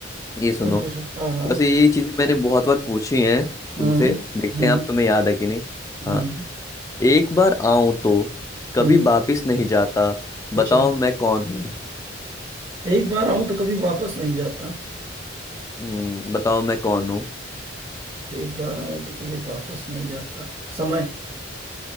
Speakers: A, on the left; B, on the right.
A: ये सुनो
B: तुम पूछो हाँ हाँ
A: बस ये चीजें मैंने बहुत बार पूछी हैं
B: हम्म
A: तुमसे देखते
B: हम्म
A: हैं अब तुम्हें याद है कि नहीं
B: हम्म
A: हाँ एक बार आऊं तो कभी
B: हम्म
A: वापिस नहीं जाता बताओ
B: अच्छा
A: मैं कौन हूँ
B: एक बार आऊं तो कभी वापस नहीं जाता
A: हम्म, बताओ मैं कौन हूँ
B: एक बार आऊं तो कभी वापस नहीं जाता समय